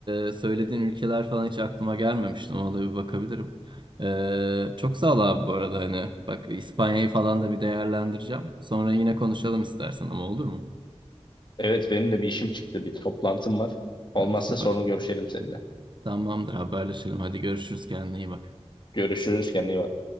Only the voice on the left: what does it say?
Evet benim de bir işim çıktı. Bir toplantım var. Olmazsa
sonra görüşelim seninle.
Görüşürüz kendine iyi bak.